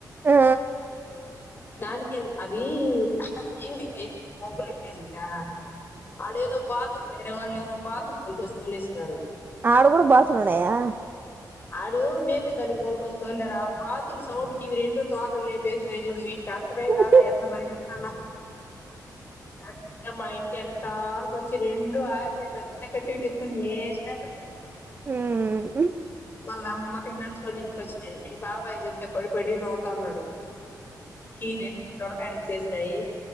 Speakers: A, on the right; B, on the left.
A: ఆ
B: దానికేం ఏం అ వి ఈవెనింగ్ అయిపోయింది మబ్బులు ఎక్కేసింది దా అడే ఏదో బాతులు వేరే వాళు ఎవరో బాతులు తోల్కొచ్చి వదిలేసినారు
A: ఆడా కూడా బాతులు ఉన్నాయా
B: ఆడ మేపే దానికి తోలుకొచ్చి తొలేరా బాతులు సౌండ్కి ఇవి రెండు తోకలు లెపేసినయ్ చూడు వీటికి ఎత్తమేగాల
A: ఉమ్
B: ఎట్లా పరిగెతన్నావ్ కరెక్ట్గా మా ఇంటి ఎనకాల కొచ్చి రెండు ఆగిన పెద్ద కత్తి ఎటు ఎత్తుకొని ఎసినా రెండు
A: హ్మ్
B: వాళ్ళ అమ్మ తినడ్చుకొని ఇంటిక వచ్చినాయి మీ బాబాయ్ చెప్తే పడి పడి న త అన్నాడు హి రెండిట్లో ఒడకాడి ఇచ్చేసినాయి